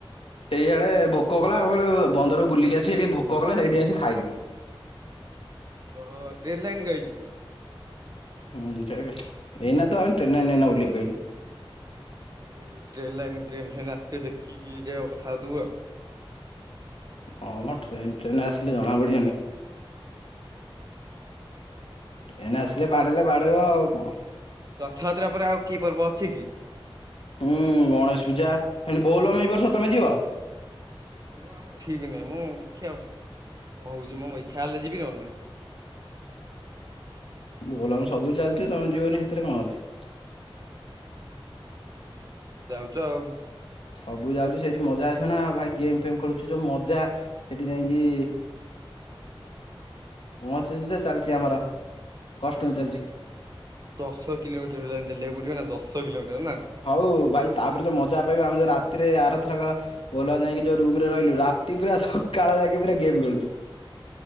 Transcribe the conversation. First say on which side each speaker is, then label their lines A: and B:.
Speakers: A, on the left; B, on the right.
A: ସେଇଆଡେ ଭୋକ କଲା ଆମେ ବନ୍ଦରକୁ ବୁଲିକି ଆସି ସେଠି ଭୋକ କଲା ସେଇଠି ଆସି ଖାଇଲୁ।
B: ଓହୋ ଟ୍ରେନ ଲାଇନ ଯାଇଛୁ କି?
A: ହୁଁ ଜୟଗୁରୁ, ଏଇନା ତ ଟ୍ରେନ ଲାଇନରେ ଏଇନା ଓହ୍ଲେଇବାକୁ ଆଇଚୁ।
B: ଆଉ ଟ୍ରେନ୍ ଲାଇନ୍ ଟ୍ରେନ୍ ଫ୍ରେନ୍ ଆସିବେ ଦେଖିକି ଯାଇିବା କଥା ହେଉଥିବୁ ଆଉ
A: ହଁ ମୋ ଟ୍ରେନ୍ ଟ୍ରେନ ଆସିଲେ ଜଣା ପଡିିବନି।
B: ହୁଁ।
A: ଏନେ ଆସିଲେ ବାଡେଇଲେ ବାଡେଇବ ଆଉ କଣ।
B: ରଥଯାତ୍ରା ପରେ ଆଉ କିଏ ପର୍ବ ଅଛି କି?
A: ହୁଁ ଗଣେଶ ପୂଜା ଫଣି ଭୋଲମ ଏଇ ବର୍ଷ ତମେ ଯିବ
B: ହ ଆ ଠିକ ନାହିଁ ମୁଁ ଦେଖିବା କଣ ହଉଛି ମୁଁ ଇ୍ଛା ହେଲେ ଯିବି ନହେଲେଁ
A: ଭୋଲ ଆମଁ ସବୁ ଚାଲିଛଛି ତମ ଜୀିବନି ସେଥିରେ କଣ ଅଛି।
B: ତ ସବୁ ଯାଉଛ ଆଉ
A: ସବୁ ଯାଉଛି ସେଇଠି ମଜା ଆସିବ ନା ଭାଇ ଗେମ ଫେମ ଖେଳୁଚୁ ଯୋଉ ମଜା ସେଠି ଯାଇକି। ପହଞ୍ଚୁଛି ଚାଲିଛି ଆମର କଷ୍ଟ ଚାଲିଛି।
B: ଦଶ କିଲୋମିଟର ହେଲାଣି ଚାଲିବାକୁ ପଡିବ ନା ଦଶ କିଲୋମିଟର ନା।
A: ହଉ ଭାଇ ତାପରେ ଯଉ ମଜା ପାଇବା ଆମେ ଯ ରାତିରେ ଆରଥରକା। ଭଲ ଯାଇକି ଯୋଉ ରୁମ ରେ ରହିଲୁ ରାତି ପୁରା ସକାଳ ଯାଇକି ପୁରା ଗେମ୍ ଖେଳୁଛୁ